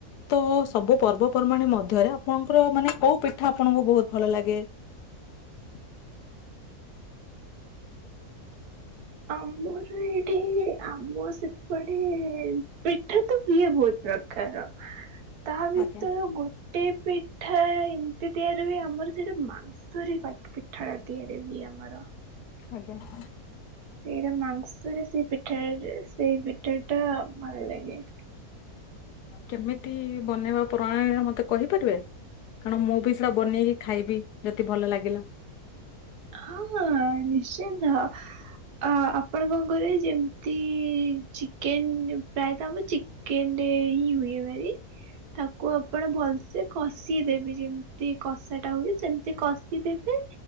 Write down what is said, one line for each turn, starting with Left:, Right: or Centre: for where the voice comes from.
Left: ତ ସବୁ ପର୍ବପର୍ବାଣି ମଧ୍ୟରେ ଆପଣଙ୍କର ମାନେ କୋଉ ପିଠା ଆପଣଙ୍କୁ ବହୁତ୍ ଭଲ ଲାଗେ? <inaudible>
Right: ଆମର ଏଇଠି ଆମ ସେପଟେ ପିଠା ତ ଇଏ ବହୁତ୍ ପ୍ରକାର ତା ଭିତରୁ
Left: ଆଜ୍ଞା
Right: ଗୋଟେ ପି ଠା ଏମ୍ତି ତିଆରି ହୁଏ ଆମର ସେଇଟା ମାଂସରେ ପିଠା ଟା ତିଆରି ହୁଏ ଆମର।
Left: ଆଜ୍ଞା।
Right: ସେଇଟା ମାଂସରେ ସେଇ ପିଠା ଟା ସେଇ ପିଠା ଟା ଭଲ୍ ଲାଗେ।
Left: କେମିତି ବନେଇବା ପ୍ରଣାଳୀରେ ମତେ କହିପାରିବେ। କାରଣ ମୁଁ ବି ସେଇଟା ବନେଇକି ଖାଇବି ଯଦି ଭଲ ଲାଗିଲା।
Right: ହଁ ନିଶ୍ଚିନ୍ତ। ଅ ଆପଣ କଣ କରିବେ ଯେମ୍ତି ଚିକେନ୍ ପ୍ରାୟତଃ ଆମ ଚି କେନ୍ ରେ ହିଁ ହୁଏ <unintelligible> ତାକୁ ଆପଣ ଭଲ୍ସେ କଷିଦେବେ ଯେମ୍ତି କଷା ଟା ହୁଏ ସେମ୍ତି କଷିଦେବେ।